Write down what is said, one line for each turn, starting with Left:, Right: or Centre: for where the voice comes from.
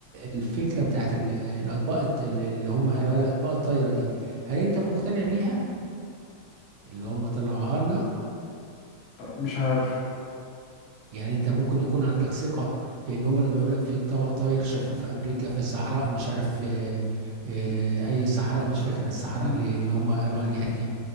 Right: الفكرة بتاعت ال- الأطباق الط- اللي هم قالوا لها الأطباق الطايرة دي هل أنت مقتنع بيها اللي هم طلعوها لنا
Left: مش عارف
Right: يعني انت ممكن يكون عندك ثقة في ان هم لما يقولك في طبق طاير شافوه في امريكا في الصحراء مش عارف اه اه اي صحراء مش فاكر الصحراء
Left: مم.
Right: اللي, اللي هم قالوا عليها دي